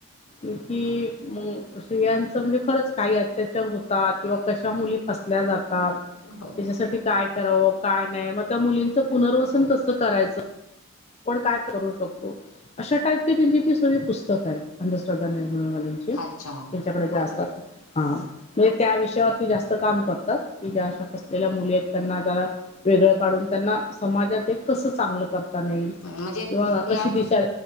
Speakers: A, on the left; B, on the left.
A: की मग स्त्रियांचं म्हणजे खरंच काही अत्याचार होतात किंवा कशा मुली फसल्या जातात
B: <unintelligible>
A: त्यांच्यासाठी काय करावं काय नाय मग त्या मुलींचं पुनर्वसन कसं करायचं. आपण काय करू शकतो अशा टाईपची त्यांची ती सगळी पुस्तकं आहेत. अंधश्रद्धा निर्मूलवाल्यांची त्यांच्याकडे
B: अच्छा
A: जे असतात. हा. म्हणजे त्या विषयावर ती जास्त काम करतात की ज्या अशा फसलेल्या मुली आहेत त्यांना जरा वेगळं काढून त्यांना समाजात एक कसं चांगलं करताना येईल.
B: म्हणजे
A: की
B: ह्या
A: कशी दिशा